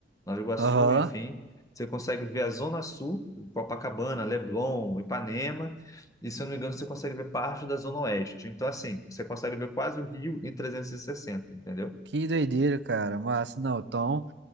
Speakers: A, on the left (about 20°); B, on the right (about 85°).
A: Nova Iguaçu,
B: Aham.
A: enfim. Você consegue ver a Zona Sul, Copacabana, Leblon, Ipanema, e se eu não me engano, você consegue ver parte da Zona Oeste. Então, assim, você consegue ver quase o Rio em trezentos e sessenta entendeu?
B: Que doideira, cara. Massa, não, então.